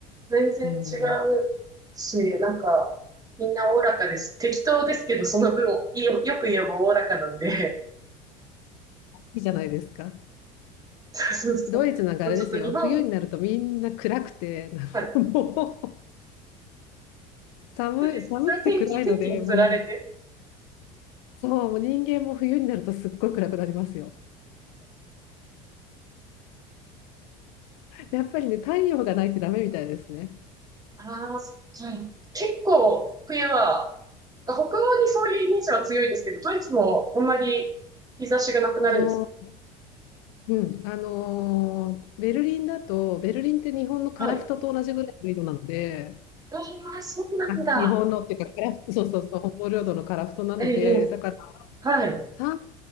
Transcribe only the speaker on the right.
全然違うし、
なんか、みんなおおらかです。適当ですけど、その分、よ、よく言えばおおらかなんで。
<laughs> そうそうそう。
もうちょっと日本、
はい
そうです。
それは天気、天気に釣られて。
ああ、そはい。結構、冬は、北欧にそういうイメージは強いですけど、ドイツもあんまり日差しがなくなるんです。
はい。ああ、そうなんだ。
ええ、
はい。